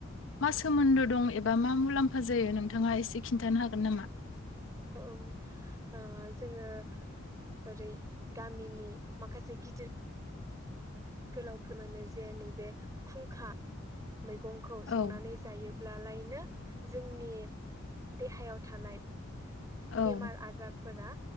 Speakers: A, on the left; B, on the right.
A: मा सोमोन्दो दं एबा मा मुलाम्फा जायो नोंथाङा एसे खिन्थानो हागोन नामा।
B: औ जोङो ओरै गामिनि माखासे गिदिर गोलावफोर जे नैबे खुंखा मैगंखौ
A: औ
B: संनानै जायोब्लालायनो जोंनि देहायाव थानाय
A: औ
B: बेमार आजारफोरा